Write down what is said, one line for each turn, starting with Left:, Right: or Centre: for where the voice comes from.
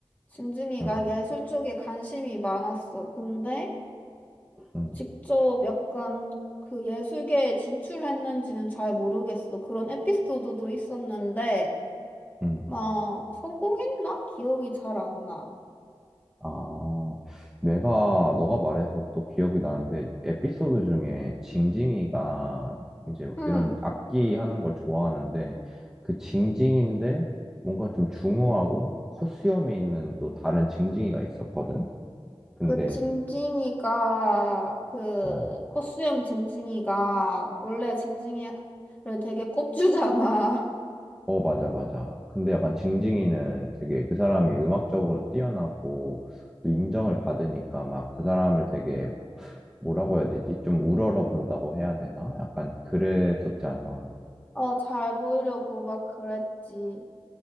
Left: 징징이가
Centre: 응,
Left: 예술 쪽에 관심이 많았어. 근데
Centre: 응.
Left: 직접 약간 그 예술계에 진출했는지는 잘 모르겠어. 그런 에피소드도 있었는데,
Centre: 응.
Left: 막 성공했나? 기억이 잘 안 나.
Centre: 아, 내가, 너가 말해서 또 기억이 나는데, 에피소드 중에 징징이가 이제
Left: 응.
Centre: 이런 악기 하는 걸 좋아하는데, 그 징징인데 뭔가 좀 중후하고 코수염이 있는 또 다른 징징이가 있었거든? 근데,
Left: 그 징징이가, 그
Centre: 어,
Left: 코수염 징징이가 원래 징징이를 되게 꼽주잖아.
Centre: 어, 맞아, 맞아. 근데 약간 징징이는 되게 그 사람이 음악적으로 뛰어나고 또 인정을 받으니까 막 그 사람을 되게 뭐라고 해야 되지? 좀 우러러 본다고 해야 되나? 약간 그랬었잖아.
Left: <laughs> 어, 잘 보이려고 막 그랬지.